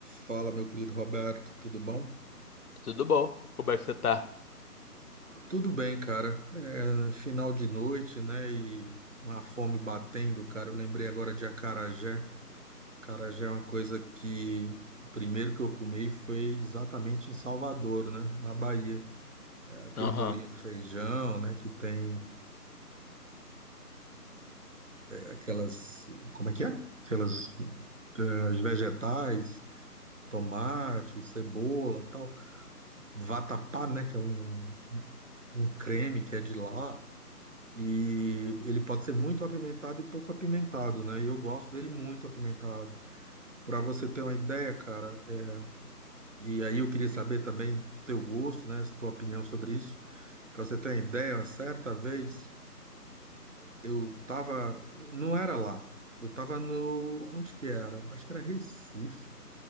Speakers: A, on the right; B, on the left.
A: Fala, meu querido Roberto, tudo bom?
B: Tudo bom? Como é que você tá?
A: Tudo bem, cara. É, final de noite, né? E uma fome batendo, cara. Eu lembrei agora de acarajé. Acarajé é uma coisa que o primeiro que eu comi foi exatamente em Salvador, né? Na Bahia. É Aquele
B: Aham,
A: bolinho de feijão, né? Que tem aquelas, como é que é? Aquelas eh, os vegetais, tomate, cebola, tal. Vatapá, né? Que é um, um creme que é de lá. E ele pode ser muito apimentado e pouco apimentado, né? E eu gosto dele muito apimentado. Para você ter uma ideia, cara, é- e aí eu queria saber também teu gosto, né? Tua opinião sobre isso. Para você ter uma ideia, certa vez eu tava, não era lá, eu tava no, onde que era? Acho que era Recife.